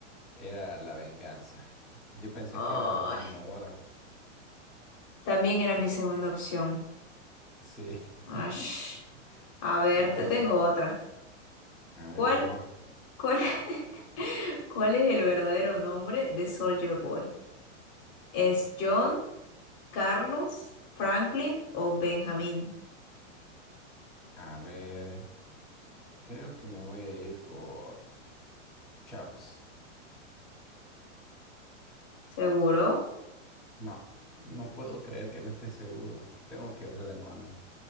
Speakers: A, in the centre; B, on the left.
A: Era la venganza. Yo pensé
B: Ay,
A: que era la fundadora.
B: también era mi segunda opción.
A: Sí.
B: Ash.
A: <laughs>
B: A ver,
A: Y a
B: te
A: ver,
B: tengo otra.
A: a
B: ¿Cuál,
A: ver el honor.
B: cuál, <laughs> cuál es el verdadero nombre de Soldier Boy? ¿Es John, Carlos, Franklin o Benjamín?
A: A ver, creo que me voy a ir por Charles.
B: ¿Seguro?
A: No, no puedo creer que no esté seguro. Tengo que ver de nuevo.